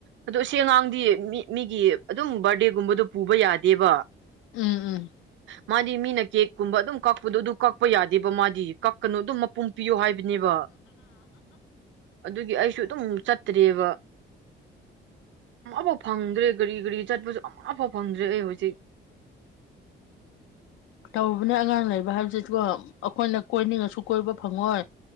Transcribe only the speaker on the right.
ꯑꯗꯣ ꯑꯁꯤ ꯑꯉꯥꯡꯗꯤ ꯃꯤ ꯃꯤꯒꯤ ꯑꯗꯨꯝ ꯕꯥꯔꯗꯦꯒꯨꯝꯕꯗꯨ ꯄꯨꯕ ꯌꯥꯗꯦꯕ
ꯃꯥꯗꯤ ꯃꯤꯅ ꯀꯦꯛꯀꯨꯝꯕ ꯑꯗꯨꯝ ꯀꯛꯄꯗꯣ ꯑꯗꯨ ꯀꯛꯄ ꯌꯥꯗꯦꯕ ꯃꯥꯗꯤ ꯀꯛꯀꯅꯨ ꯑꯗꯨꯝ ꯄꯨꯡ ꯄꯤꯌꯣ ꯍꯥꯏꯕꯅꯦꯕ ꯑꯗꯨꯒꯤ ꯑꯩꯁꯨ ꯑꯗꯨꯝ ꯆꯠꯇ꯭ꯔꯔꯤꯕ ꯑꯃꯐꯥꯎ ꯐꯪꯗ꯭ꯔꯦ ꯒꯥꯔꯤ ꯒꯥꯔꯤ ꯆꯠꯄꯁꯨ ꯑꯃꯐꯥꯎ ꯐꯪꯗ꯭ꯔꯦ ꯑꯩ ꯍꯧꯖꯤꯛ